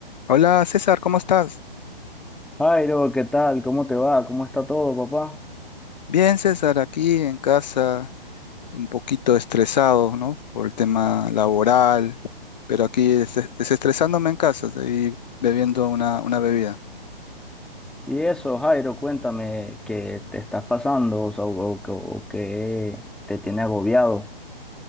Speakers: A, on the left (about 45°); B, in the centre.
A: Hola César, ¿cómo estás?
B: Jairo, ¿qué tal? ¿Cómo te va? ¿Cómo está todo, papá?
A: Bien, César, aquí en casa, un poquito estresado, ¿no? Por el tema laboral, pero aquí des- desestresándome en casa y bebiendo una, una bebida.
B: Y eso, Jairo, cuéntame qué te estás pasando o, sea, o- o- o qué te tiene agobiado.